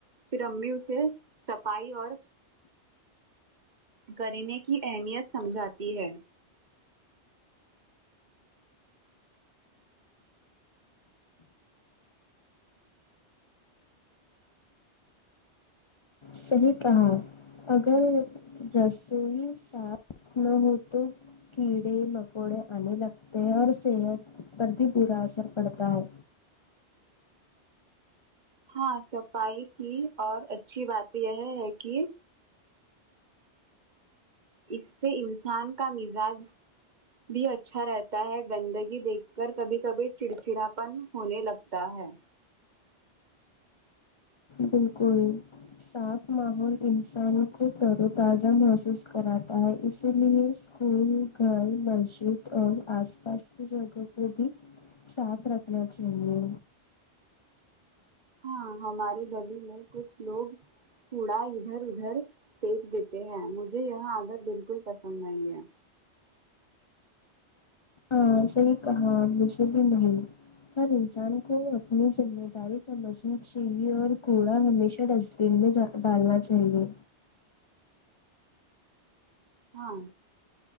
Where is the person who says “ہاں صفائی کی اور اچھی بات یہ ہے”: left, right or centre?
Right